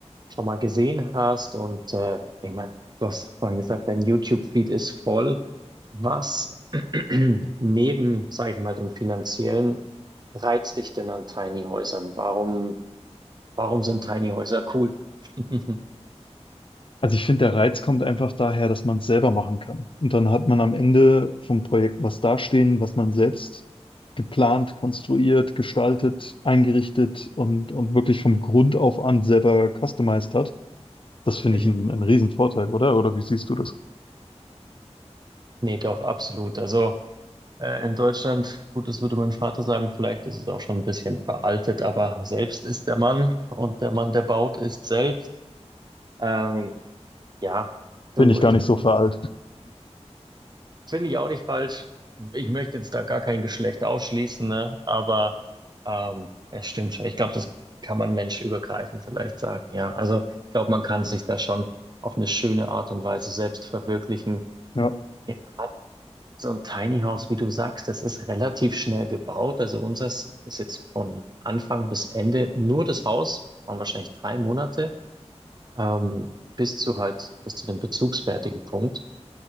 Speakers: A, on the right (about 40°); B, on the left (about 50°).
A: schon mal gesehen hast. Und äh, ich meine, du hast vorhin gesagt, dein YouTube-Feed ist voll. Was <clears throat> neben, sage ich mal, dem finanziellen reizt dich denn an Tiny Häusern? Warum, warum sind Tiny Häuser cool? <laughs>
B: Also ich finde, der Reiz kommt einfach daher, dass man es selber machen kann. Und dann hat man am Ende vom Projekt was dastehen, was man selbst geplant, konstruiert, gestaltet, eingerichtet und, und wirklich vom Grund auf an selber customized hat. Das finde
A: Mhm.
B: ich einen, einen riesen Vorteil, oder? Oder wie siehst du das?
A: Nee, doch, absolut. Also. Äh, in Deutschland, gut, das würde mein Vater sagen, vielleicht ist es auch schon ein bisschen veraltet, aber selbst ist der Mann und der Mann, der baut, ist selbst. Ähm, ja, du,
B: Bin ich gar
A: ich
B: nicht so veraltet.
A: finde ich auch nicht falsch. Ich möchte jetzt da gar kein Geschlecht ausschließen, ne? Aber ähm, es stimmt schon. Ich glaube, das kann man menschübergreifend vielleicht sagen, ja. Also ich glaube, man kann sich da schon auf eine schöne Art und Weise selbst verwirklichen.
B: Ja,
A: Ja, So ein Tiny House, wie du sagst, das ist relativ schnell gebaut. Also unseres ist jetzt von Anfang bis Ende nur das Haus, das waren wahrscheinlich drei Monate, ähm, bis zu halt, bis zu dem bezugsfertigen Punkt.